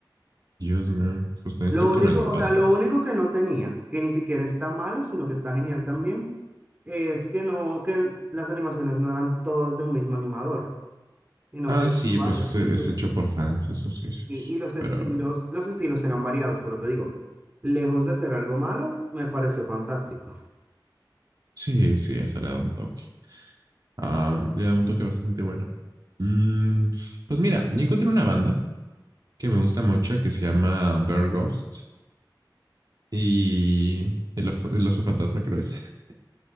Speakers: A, on the right; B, on the right.
A: Dios mío, pues necesito
B: Lo único,
A: que me la pases.
B: o sea, lo único que no tenía, que ni siquiera está malo, sino que está genial también, es que no, que las animaciones no eran todas de un mismo animador, sino
A: Ah,
B: que eran
A: sí,
B: varios.
A: pues es, es
B: Entonces,
A: hecho por fans, eso sí, sí,
B: y,
A: sí.
B: y los estilos,
A: Pero
B: los estilos eran variados, pero te digo, lejos de ser algo malo, me pareció fantástico.
A: sí, sí, esa le da un toque. Ah, le da un toque bastante bueno. Mm, pues mira, yo encontré una banda que me gusta mucho que se llama Bear Ghost y el, of- el oso fantasma, creo es. <laughs>